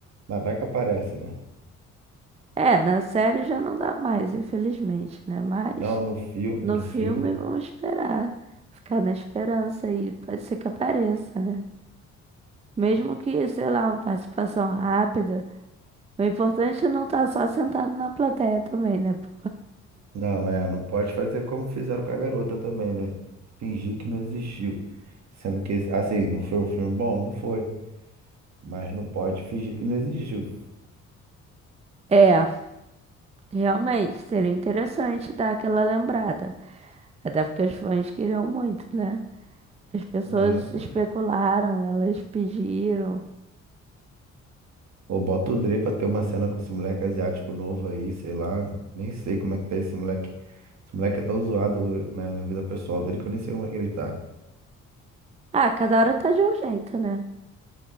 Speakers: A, on the right; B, on the right.
A: Mas vai que aparece, né?
B: É, na série já não dá mais, infelizmente, né? Mas
A: Não, no filme,
B: no
A: no
B: filme
A: filme.
B: vamos esperar. Ficar na esperança aí. Pode ser que apareça, né? Mesmo que, sei lá, uma participação rápida. O importante é não estar só sentado na plateia também, né, pô?
A: Não, é, não pode fazer como fizeram com a garota também, né? Fingir que não existiu. Sendo que, assim, não foi um filme bom? Não foi. Mas não pode fingir que não existiu.
B: É, realmente, seria interessante dar aquela lembrada. Até porque os fãs queriam muito, né? As pessoas
A: É, pô.
B: especularam, elas pediram.
A: Ou bota o Dre pra ter uma cena com esse moleque asiático novo aí, sei lá. Nem sei como é que tá esse moleque. Esse moleque é tão zoado, né, na vida pessoal dele que eu nem sei como é que ele tá.
B: Ah, cada hora tá de um jeito, né?